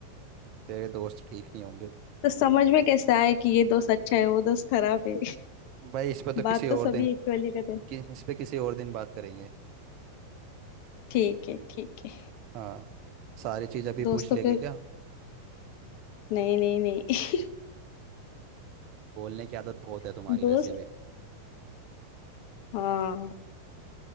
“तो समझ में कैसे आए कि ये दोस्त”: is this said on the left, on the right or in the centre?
Left